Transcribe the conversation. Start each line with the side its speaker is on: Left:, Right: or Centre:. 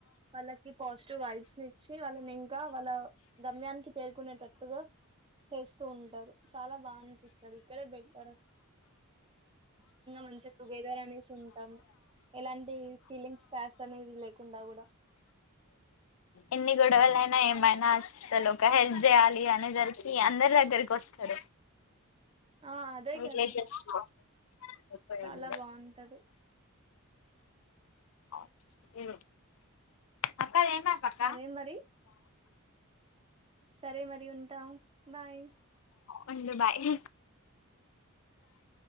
Right: వాళ్ళకి పాజిటివ్ వైబ్స్ ఇచ్చి వాళ్ళని ఇంకా వాళ్ళ గమ్యానికి చేరుకునేటట్టుగా చేస్తూ ఉంటారు చాలా బాగా అనిపిస్తుంది ఇక్కడే బెడ మంచిగా టుగెదర్ అనేసి ఉంటాము ఎలాంటి ఫీలింగ్స్ క్యాస్ట్ అనేది లేకుండా కూడా
Left: ఎన్ని గొడవలు అయ్యిన ఏమైనా అసలు ఒక హెల్ప్ చేయాలి అనేసరికి అందరి దగ్గరికి వస్తారు
Right: ఆ అదే
Left: విలేజస్
Right: కదా
Left: ముప్ప
Right: చాలా
Left: ఉ
Right: బాగుంటది
Left: అ ఇ అక్క ఏనా పక్క
Right: సరే మరి సరే మరి ఉంటాం బాయ్
Left: ఉ బాయ్